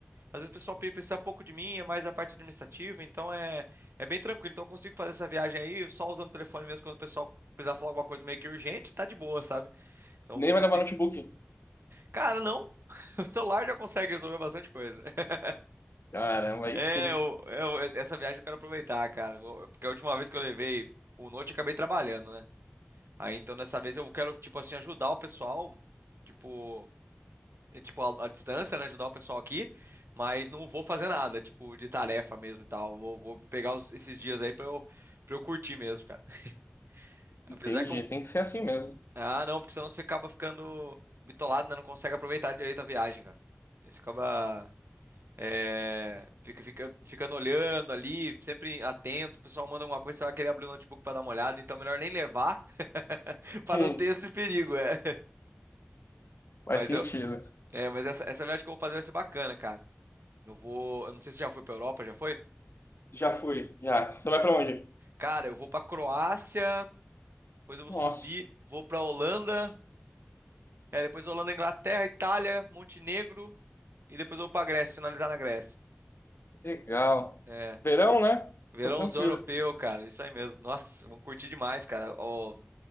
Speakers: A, on the right (about 80°); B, on the left (about 80°).
A: às vezes o pessoal pe- precisa pouco de mim, é mais a parte administrativa, então é, é bem tranquilo. Então eu consigo fazer essa viagem aí só usando o telefone mesmo quando o pessoal precisar falar alguma coisa meio que urgente, tá de boa, sabe? Então
B: Nem
A: eu vou conseguir.
B: vai levar notebook.
A: Cara, não. <laughs> O celular já consegue resolver bastante coisa. <laughs>
B: Caramba, aí
A: É,
B: sim.
A: o- é, o- essa viagem eu quero aproveitar, cara. Vou- Porque a última vez que eu levei o Note, eu acabei trabalhando, né? Aí então dessa vez eu quero, tipo assim, ajudar o pessoal, tipo, é, tipo a, a distância, né? Ajudar o pessoal aqui, mas não vou fazer nada, tipo, de tarefa mesmo e tal. Vou, vou pegar os- esses dias aí pra eu, pra eu curtir mesmo, cara. <laughs> Apesar
B: Entendi.
A: que eu.
B: Tem que ser assim mesmo. <laughs>
A: Ah, não, porque senão você acaba ficando bitolado, né? Não consegue aproveitar direito a viagem, cara. Você acaba. É, fica, fica, ficando olhando ali, sempre atento. O pessoal manda alguma coisa, você vai querer abrir o notebook para dar uma olhada, então é melhor nem levar <laughs> para
B: Hum,
A: não ter esse perigo, é.
B: faz
A: Mas
B: sentido.
A: eu, é, mas essa, essa viagem que eu vou fazer vai ser bacana, cara. Eu vou, eu não sei se já foi para Europa, já foi?
B: Já fui, já. Você vai para onde?
A: Cara, eu vou para Croácia, depois eu vou
B: Nossa,
A: subir, vou para Holanda, é, depois Holanda, Inglaterra, Itália, Montenegro e depois eu vou para Grécia, finalizar na Grécia.
B: que legal.
A: É.
B: Verão, né?
A: Verãozão
B: Tá tranquilo.
A: europeu, cara, isso aí mesmo. Nossa, vamos curtir demais, cara. Ó,